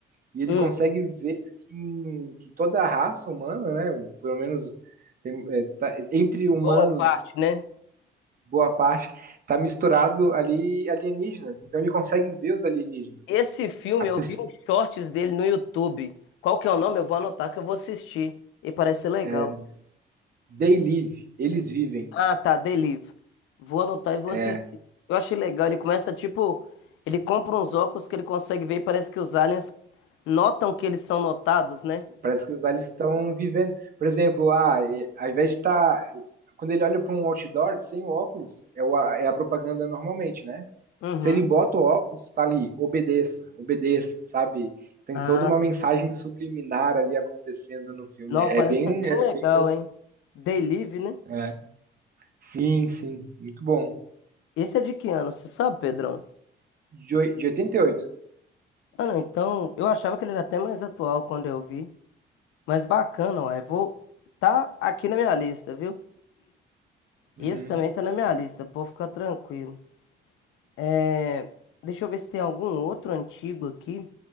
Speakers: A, on the right (about 45°); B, on the left (about 85°).
A: E ele
B: Hum,
A: consegue ver assim, que toda a raça humana, né? o- Pelo menos tem- é, tá- entre
B: boa
A: humanos,
B: parte, né?
A: boa parte, tá misturado ali alienígenas. Então ele consegue ver os alienígenas.
B: Esse filme,
A: As
B: eu
A: pessoas,
B: vi uns shorts dele no YouTube. Qual que é o nome? Eu vou anotar que eu vou assistir. E parece ser legal.
A: é, they live, eles vivem.
B: Ah, tá, Delive. Vou anotar e vou
A: é,
B: assistir. Eu achei legal. Ele começa, tipo, ele compra uns óculos que ele consegue ver e parece que os aliens notam que eles são notados, né?
A: Parece que os lá eles estão vivendo. Por exemplo, ah, e- ao invés de estar. Quando ele olha para um outdoor sem o óculos, é, o, a- é a propaganda normalmente, né?
B: Uhum.
A: Se ele bota o óculos, tá ali, obedeça, obedeça, sabe? Tem
B: Ah,
A: toda uma mensagem subliminar ali acontecendo no filme.
B: não,
A: É
B: parece
A: bem,
B: ser bem
A: é
B: legal,
A: bem louco.
B: hein? Delive, né?
A: É. Sim, sim, muito bom.
B: Esse é de que ano? Você sabe, Pedrão?
A: De, oi- de oitenta e oito.
B: Ah, não, então, eu achava que ele era até mais atual quando eu vi. Mas bacana, ué. Vou. Tá aqui na minha lista, viu? Esse
A: Uhum.
B: também tá na minha lista, pode ficar tranquilo. É... Deixa eu ver se tem algum outro antigo aqui.